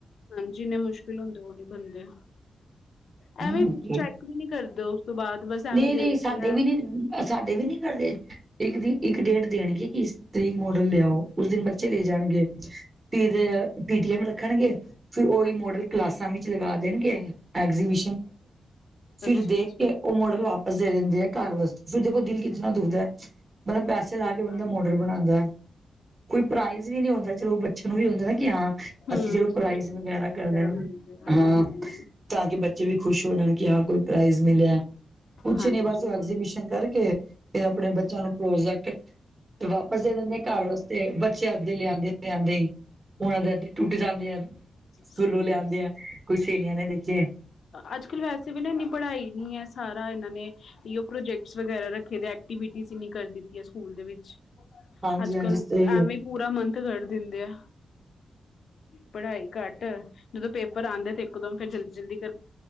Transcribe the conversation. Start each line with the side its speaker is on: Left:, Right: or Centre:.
Left: ਹਾਂਜੀ, ਜਿੰਨੇ ਮੁਸ਼ਕਿਲ ਹੁੰਦੇ, ਉਹ ਨਈ ਬਣਦੇ।
Right: ਐ।
Left: ਐਵੇਂ ਚੈਕ ਵੀ ਨਈ ਕਰਦੇ, ਉਸ ਤੋਂ ਬਾਅਦ ਬਸ ਐਵੇਂ
Right: ਨਹੀਂ-ਨਹੀਂ
Left: ਦੇਖਦੇ
Right: ਸਾਡੇ
Left: ਆ
Right: ਵੀ ਨਈ, ਸਾਡੇ ਵੀ ਨਹੀਂ ਕਰਦੇ ਇੱਕ ਦਿ, ਇੱਕ- ਡੇਟ ਦੇਣਗੇ ਕਿ, ਇਸ ਤਰੀਕ ਮੋਡਲ ਲਿਆਓ, ਉਸ ਦਿਨ ਬੱਚੇ ਲੈ ਜਾਣਗੇ ਫਿਰ ਪੀ ਟੀ ਐਮ ਰੱਖਣਗੇ, ਫਿਰ ਉਹੀ
Left: ਹਾਂਜੀ
Right: ਮੋਡਲ ਕਲਾਸਾਂ ਵਿੱਚ ਲਗਾ ਦੇਣਗੇ, ਐਗਜੀਬਿ ਫਿਰ
Left: ਅੱਛਾ-ਅੱਛਾ
Right: ਦੇਖ ਕੇ ਉਹ ਮੋਡਲ ਵਾਪਸ ਦੇ ਦਿੰਦੇ ਘਰ ਵਾਸਤੇ, ਫਿਰ ਦੇਖੋ ਦਿਲ ਕਿਤਨਾ ਦੁਖਦਾ ਪਹਿਲੇ ਪੈਸੇ
Left: ਸਹੀ
Right: ਲਾ ਕੇ ਬੰਦਾ,
Left: ਗੱਲ
Right: ਮੋਡਲ
Left: ਹੈ
Right: ਬਣਾਦੀਆਂ ਕੋਈ ਪ੍ਰਾਈਜ਼ ਵੀ ਨਹੀਂ ਹੁੰਦਾ, ਚਲੋ ਬੱਚੇ ਨੂੰ ਵੀ ਹੁੰਦਾ ਕਿ ਹਾਂ
Left: ਹੂੰ
Right: ਅਸੀਂ ਚਲੋ ਪ੍ਰਾਈਜ਼ ਵਗੈਰਾ, ਕਰਦੇ ਨਾ
Left: ਮਿਲਦੇ ਆ
Right: ਹਾਂ
Left: ਹੂੰ
Right: ਤਾਂ ਕਿ ਬੱਚੇ ਵੀ ਖੁਸ਼ ਹੋ ਜਾਣ ਕਿ, ਹਾਂ ਕੋਈ ਪ੍ਰਾਈਜ਼ ਮਿਲਿਆ ਕੁਛ
Left: ਹਾਂਜੀ
Right: ਨੀ ਬਸ, ਐਗਜੀਬਿਸ਼ਨ ਕਰਕੇ ਫਿਰ ਆਪਣੇ ਬੱਚਿਆਂ ਨੂੰ ਪ੍ਰੋਜੈਕਟ ਤੇ ਵਾਪਸ ਦੇ ਦਿੰਦੇ ਆ ਘਰ ਵਾਸਤੇ, ਬੱਚੇ ਅੱਦੇ ਲਿਆਂਦੇ- ਲਿਆਦੇ ਹੀ ਉਹਨਾਂ ਦੇ ਅਧੇ ਟੁੱਟ ਜਾਂਦੇ ਆ, ਸਕੂਲੋਂ
Left: ਸਹੀ
Right: ਲਿਆਂਦੇ
Left: ਗੱਲ
Right: ਆ ਕੋਈ ਸਹੇਲੀਆਂ ਨੇ ਨੀਚੇ
Left: ਅੱਜ-ਕੱਲ੍ਹ ਵੈਸੇ ਵੀ ਨਾ ਇੰਨੀ ਪੜ੍ਹਾਈ ਨਈ ਹੈ, ਸਾਰਾ ਇਹਨਾਂ ਨੇ ਐਇਔ ਪ੍ਰੋਜੈਕਟ ਵਗੈਰਾ ਰੱਖੇ ਦੇ, ਐਕਟਿਵਿਟੀਸ ਹੀ ਨਈ ਕਰਦੀ ਸਕੂਲ ਦੇ ਵਿੱਚ
Right: ਹਾਂਜੀ
Left: ਅੱਜ-ਕੱਲ
Right: ਹਾਂਜੀ ਸਹੀ ਹੈ
Left: ਐਵੇਂ ਪੂਰਾ ਮੰਥ, ਕੱਢ ਦਿੰਦੇ ਆ, ਪੜ੍ਹਾਈ ਘੱਟ ਜਦੋਂ ਪੇਪਰ ਆਦੇ ਤੇ ਇੱਕਦਮ ਫੇਰ ਜਲਦੀ-ਜਲਦੀ